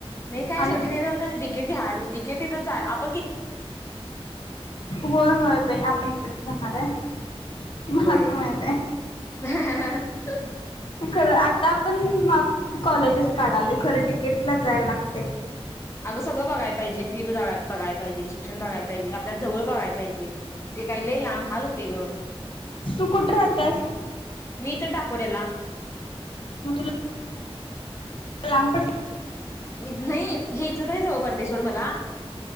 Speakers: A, on the left; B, on the left.
A: नाही काय
B: आणि
A: शेवटी नाही झालं तर डि के टी हायच डि के टी च जान आप
B: होय होय बाई आपण तिकडचं जाणार हाय. मला
A: होय.
B: तर माहिती आहे.
A: <unintelligible>
B: खरं आता आ माप कॉलेजस काडालोयखरं डीकेटीला जायला लागतय.
A: अगं सगळं बघाय पाहिजे फी बघाय पायजे, शिक्षण बघाय पाहिजे, आपल्याला जवळ बघाय पाहिजे ते काय लई लांब हल होतय ग
B: तू कुठे राहत्यास
A: मी हित टाकोड्याला
B: मग तुला लांब पडत
A: नाही हे इचलकरंजी जवळ पडतय सोड मला.